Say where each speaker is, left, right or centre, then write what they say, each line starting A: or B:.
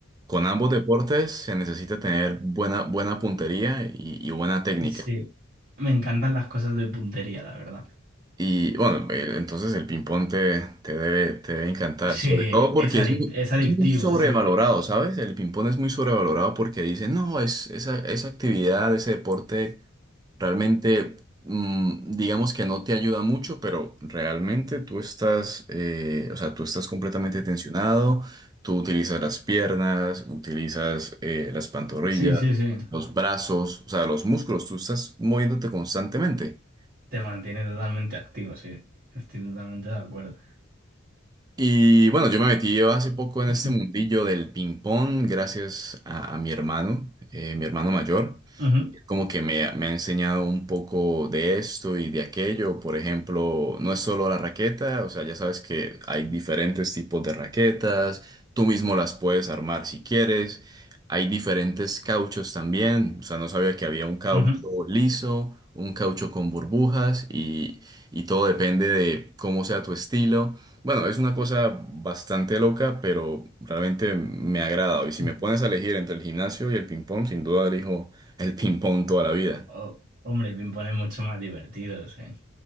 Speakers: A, on the right; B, on the right.
A: Con ambos deportes se necesita tener buena, buena puntería y, y buena técnica.
B: sí, me encantan las cosas de puntería, la verdad.
A: Y bueno, eh, entonces el ping-pong te, te debe, te debe encantar,
B: Sí,
A: sobre todo porque
B: es
A: es
B: adic-
A: muy,
B: es adictivo,
A: es muy sobrevalorado,
B: sí.
A: ¿sabes? El ping-pong es muy sobrevalorado porque dicen, no, es, esa, esa actividad, ese deporte, realmente, mm, digamos que no te ayuda mucho, pero realmente tú estás, eh, o sea, tú estás completamente tensionado, tú utilizas las piernas, utilizas eh, las pantorrillas,
B: Sí, sí, sí.
A: los brazos, o sea, los músculos, tú estás moviéndote constantemente.
B: Te mantiene totalmente activo, sí. Estoy totalmente de acuerdo.
A: Y bueno, yo me metí hace poco en
B: <laughs>
A: este mundillo del ping pong gracias a, a mi hermano, eh, mi hermano mayor
B: Ujú,
A: como que me, me ha enseñado un poco de esto y de aquello. Por ejemplo, no es solo la raqueta, o sea, ya sabes que hay diferentes tipos de raquetas, tú mismo las puedes armar si quieres. Hay diferentes cauchos también, o sea, no sabía que había un caucho
B: ujú,
A: liso, un caucho con burbujas y, y todo depende de cómo sea tu estilo. Bueno, es una cosa bastante loca, pero realmente me ha agradado. Y si
B: ujú.
A: me pones a elegir entre el gimnasio y el ping-pong, sin duda elijo el ping-pong toda la vida.
B: Oh, hombre, el ping-pong es mucho más divertido, sí.